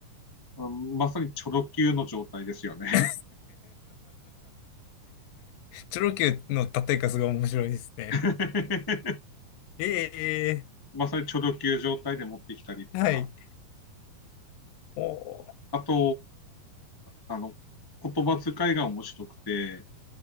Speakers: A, on the left (about 20°); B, on the left (about 90°).
A: うんまさにチョロ Q の状態ですよね。
B: <laughs> チョロ Q の立て数が面白いですね。
A: <laughs>
B: え
A: まさにチョロ Q 状態で持ってきたりとか、
B: えはい。おー、
A: あと、あの、言葉遣いが面白くて、